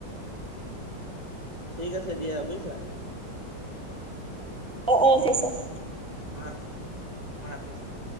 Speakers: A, on the right; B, in the centre.
A: ঠিক আছে দিয়া বুজিছা
B: অ অকে ছাৰ
A: মই ৰাখিছ মই ৰাখিছো